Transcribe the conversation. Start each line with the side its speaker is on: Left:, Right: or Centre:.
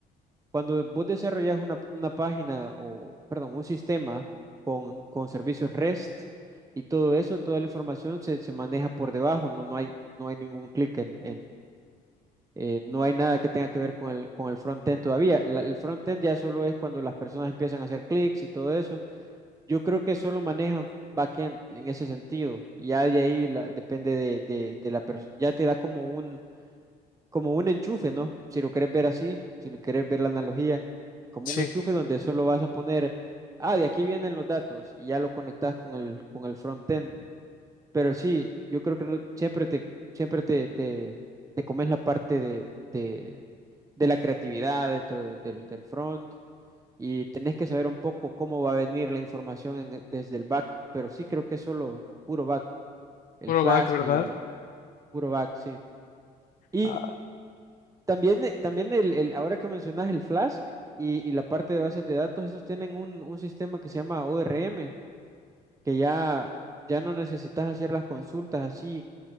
Right: Cuando vos desarrollas una, una página o, perdón, un sistema con, con servicios REST y todo eso, toda la información se, se maneja por debajo, no, no hay, no hay ningún clic en, eh, no hay nada que tenga que ver con el, con el front-end todavía. La- el front-end ya solo es cuando las personas empiezan a hacer clics y todo eso. Yo creo que solo manejan back-end en ese sentido. Ya de ahí la- depende de, de, de la persona. Ya te da como un, como un enchufe, ¿no? Si lo quieres ver así, si lo quieres ver la analogía, como
Left: Sí,
Right: un enchufe donde solo vas a poner, ah, de aquí vienen los datos y ya lo conectas con el, con el front-end. Pero sí, yo creo que no, siempre te, siempre te, te, te comes la parte de, de, de la creatividad dentro de- del, del front y tenés que saber un poco cómo va a venir la información en- e, desde el back, pero sí creo que es solo puro back, el
Left: puro
Right: Flask
Left: back, ¿verdad?
Right: y el puro back, sí. Y
Left: Ah,
Right: también, eh, también el, el- ahora que mencionas el Flask y, y la parte de bases de datos, esos tienen un, un sistema que se llama ORM, que ya, ya no necesitas hacer las consultas así